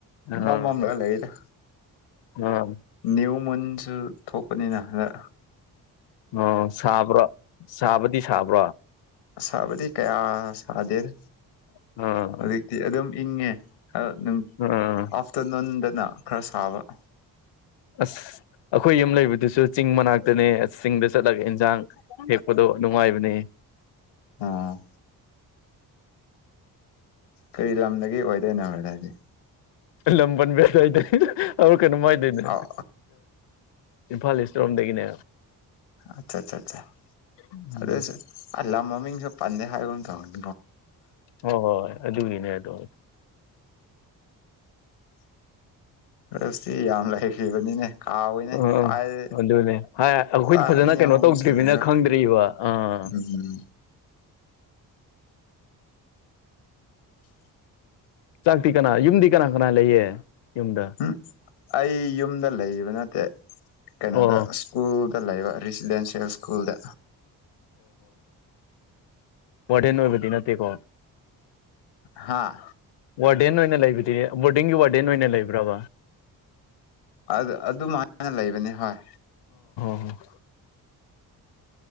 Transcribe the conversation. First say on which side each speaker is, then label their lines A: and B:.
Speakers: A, on the left; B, on the left.
A: ꯑꯥ
B: ꯏꯃꯃꯝ ꯂꯩꯗ
A: ꯑꯥ
B: ꯅ ꯃꯨꯟꯁꯨ ꯊꯣꯛꯄꯅꯤꯅ ꯍꯗ
A: ꯑꯣ ꯁꯥꯕ꯭ꯔ ꯁꯥꯕꯗꯤ ꯁꯥꯕ꯭ꯔꯣ
B: ꯁꯥꯥꯕꯗꯤ ꯀꯌꯥ ꯁꯥꯗꯦꯅ
A: ꯑꯥ
B: ꯍꯧꯖꯤꯛꯇꯤ ꯑꯗꯨ ꯑꯗꯨꯝ ꯏꯉꯦ ꯑꯥꯐꯇꯔꯅꯨꯟꯗꯅ
A: ꯑꯥ
B: ꯈꯔ ꯁꯥꯕ ꯑ
A: ꯑꯁ ꯑꯩꯈꯣꯏ ꯌꯨꯝ ꯂꯩꯕꯗꯨꯁꯨ ꯆꯤꯡ ꯃꯅꯥꯛꯇꯅꯦ ꯑꯁ ꯆꯤꯡꯗ ꯆꯠꯂꯒ ꯏꯟꯁꯥꯡ ꯍꯦꯛꯄꯗꯣ ꯅꯨꯡꯉꯥꯏꯕꯅꯦ
B: ꯑ ꯀꯔꯤ ꯂꯝꯗꯒꯤ ꯑꯣꯏꯗꯣꯏꯅꯣ ꯍꯥꯏꯗ ꯍꯥꯏꯗꯤ
A: ꯂꯄꯟ ꯦꯁꯥꯏꯗ ꯀ ꯅꯨꯡꯉꯥꯏꯗꯣꯏꯅꯦ
B: ꯑꯣ
A: ꯏꯝꯐꯥꯜ ꯏꯁꯔꯣꯝꯗꯒꯤꯅꯦ
B: ꯑꯆꯥ ꯑꯆꯥ
A: ꯎꯝ
B: ꯑꯗꯨꯁ ꯑ ꯃꯃꯤ ꯄꯥꯟꯅꯦ ꯍꯥꯏꯒꯣꯟ ꯇ ꯊꯧꯅꯤ
A: ꯑꯣ ꯍꯣꯏ ꯍꯣꯏ ꯑꯗꯨꯅꯦ ꯇꯣ
B: ꯔꯁꯇꯤ ꯌꯥꯝ ꯂꯩꯈ꯭ꯔꯤꯕꯅꯤꯅꯦ ꯀꯥꯎꯋꯤꯅꯦ
A: ꯑꯥ
B: ꯄꯥꯏꯦ
A: ꯑꯗꯨꯅꯦ ꯍꯥꯏ ꯑꯩꯈꯣꯏꯗꯤ
B: ꯍꯞꯇꯥ
A: ꯐꯖꯅ
B: ꯑꯅꯤ
A: ꯀꯩꯅꯣ
B: ꯑꯍꯨꯝ
A: ꯇꯧꯗ꯭ꯔꯤꯕꯅꯤꯅ
B: ꯁꯨꯨꯔ
A: ꯈꯪꯗ꯭ꯔꯤꯕ ꯑꯥ
B: ꯎꯝ
A: ꯆꯥꯛꯇꯤ ꯀꯅꯥ ꯌꯨꯝꯗꯤ ꯀꯅꯥ ꯁꯅꯥ ꯂꯩꯌꯦ ꯌꯨꯝꯗ
B: ꯎꯝ ꯑꯩ ꯌ ꯌꯨꯝꯗ ꯂꯩꯔꯤꯕ ꯅꯠꯇꯦ ꯀꯩꯅꯣꯗ
A: ꯑꯣ
B: ꯁ꯭ꯀꯨꯜ ꯆ ꯂꯩꯕ ꯔꯦꯁꯤꯗꯦꯟꯁꯜ ꯁ꯭ꯀꯨꯜꯗ
A: ꯋꯥꯇꯦꯟ ꯑꯣꯏꯕꯗꯤ ꯅꯠꯇꯦꯀꯣ
B: ꯍꯥꯥ
A: ꯋꯥꯔꯗꯦꯟ ꯑꯣꯏꯅ ꯂꯩꯕꯗꯤ ꯕꯣꯔꯗꯤꯡꯒꯤ ꯋꯥꯔꯗꯦꯟ ꯑꯣꯏꯅ ꯂꯩꯕ꯭ꯔꯕ
B: ꯑꯗꯨ ꯑꯗꯨꯃꯥꯏꯅ ꯂꯩꯕꯅꯤ ꯍꯣꯏ
A: ꯎꯝ